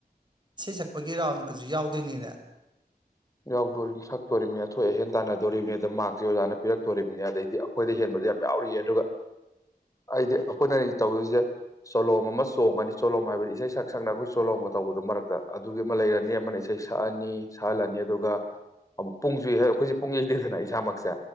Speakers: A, on the right; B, on the left.
A: ꯏꯁꯩ ꯁꯛꯄꯒꯤ ꯔꯥꯎꯟꯗꯨꯗꯁꯨ ꯌꯥꯎꯗꯣꯏꯅꯤꯅꯦ
B: ꯌꯥꯎꯗꯣꯔꯤꯕ ꯁꯛꯇꯣꯔꯤꯕꯅꯤ ꯑꯊꯣꯏ ꯑꯍꯦꯟ ꯇꯥꯟꯅꯗꯣꯔꯤꯕꯅꯤ ꯑ ꯃꯥꯛꯛꯁꯦ ꯑꯣꯖꯥꯅ ꯄꯤꯔꯛꯇꯣꯔꯤꯕꯅꯤ ꯑꯗꯩꯗꯤ ꯑꯩꯈꯣꯏꯗ ꯍꯦꯟꯕꯗ ꯌꯥꯝ ꯌꯥꯎꯔꯤꯌꯦ ꯑꯗꯨꯒ ꯑꯩꯗꯤ ꯑꯩꯈꯣꯏꯅ ꯇꯧꯗꯣꯏꯔꯤꯁꯤꯦ ꯆꯣꯂꯣꯝ ꯑꯃ ꯆꯣꯡꯉꯅꯤ ꯆꯣꯂꯣꯝ ꯍꯥꯏꯕꯗꯤ ꯏꯁꯩ ꯁꯛ ꯁꯛꯅ ꯑꯩꯈꯣꯏ ꯆꯣꯂꯣꯝꯒ ꯇꯧꯕꯗ ꯃꯔꯛꯇ ꯑꯗꯨꯒꯤ ꯑꯃ ꯂꯩꯔꯅꯤ ꯑꯃꯅ ꯏꯁꯩ ꯁꯛꯑꯅꯤ ꯁꯛꯍꯜꯂꯅꯤ ꯑꯗꯨꯒ ꯑꯃꯨꯛ ꯄꯨꯡꯁꯨ ꯑꯩꯈꯣꯏꯁꯦ ꯄꯨꯡ ꯌꯩꯗꯦꯗꯅ ꯏꯁꯥꯃꯛꯁꯦ